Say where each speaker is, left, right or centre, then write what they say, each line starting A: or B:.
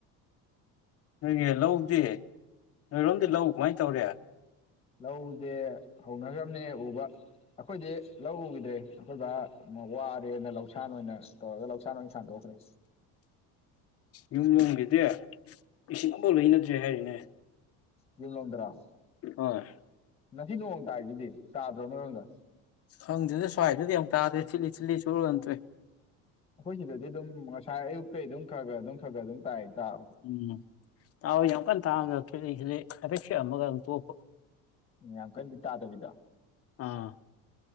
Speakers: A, on the left; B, on the left.
A: ꯅꯣꯏꯒꯤ ꯂꯧꯗꯤ ꯅꯣꯏꯔꯣꯝꯗꯤ ꯂꯧ ꯀꯃꯥꯏꯅ ꯇꯧꯔꯦ?
B: ꯂꯧꯖꯦ ꯍꯧꯅꯈ꯭ꯔꯕꯅꯦ ꯎꯕ꯫ ꯑꯩꯈꯣꯏꯗꯤ ꯂꯧ ꯎꯈꯤꯗ꯭ꯔꯦ ꯑꯩꯈꯣꯏꯕꯥ ꯋꯥꯔꯦꯅ ꯂꯧ ꯂꯧꯁꯥꯟ ꯑꯣꯏꯅ ꯇꯧꯔꯒ ꯂꯧꯁꯥꯟ ꯑꯣꯏꯅ ꯁꯥꯟꯗꯣꯛꯈ꯭ꯔꯦ꯫
A: ꯌꯨꯝ ꯂꯣꯝꯒꯤꯗꯤ ꯏꯁꯤꯡ ꯑꯐꯥꯎ ꯂꯩꯅꯗ꯭ꯔꯦ ꯍꯥꯏꯔꯤꯅꯦ꯫
B: ꯌꯨꯝꯂꯣꯝ ꯗ꯭ꯔꯥ?
A: ꯍꯣꯏ
B: ꯉꯁꯤ ꯅꯣꯡ ꯇꯥꯁꯤꯗꯤ ꯇꯥꯗ꯭ꯔꯣ ꯅꯣꯏꯔꯝꯗ?
A: ꯈꯪꯗꯗ ꯁ꯭ꯋꯥꯏꯗꯗꯤ ꯌꯥꯝ ꯇꯥꯗ꯭ꯔꯦ ꯊꯤꯠꯂꯤ ꯊꯤꯠꯂꯤ ꯆꯨꯔꯟꯗ꯭ꯔꯦ
B: ꯑꯩꯈꯣꯏ ꯁꯤꯗꯗꯤ ꯑꯗꯨꯝ ꯉꯁꯥꯏ ꯑꯌꯨꯛꯇꯒꯤ ꯑꯗꯨꯝ ꯈꯔꯒ ꯑꯗꯨꯝ ꯈꯔꯒ ꯑꯗꯨꯝ ꯇꯥꯏ ꯇꯥꯕꯁꯨ
A: ꯎꯝ ꯇꯥꯎ ꯌꯥꯝ ꯀꯟꯅ ꯇꯥꯎ ꯅꯠ ꯈꯤꯠꯂꯤ ꯈꯤꯠꯂꯤ ꯍꯥꯏꯐꯦꯠ ꯈꯤꯛꯑꯝꯃꯒ ꯑꯗꯨꯝ ꯇꯣꯞꯄ
B: ꯎꯝ ꯌꯥꯝ ꯀꯟꯗꯤ ꯇꯥꯗꯕꯤꯗꯣ
A: ꯑꯥ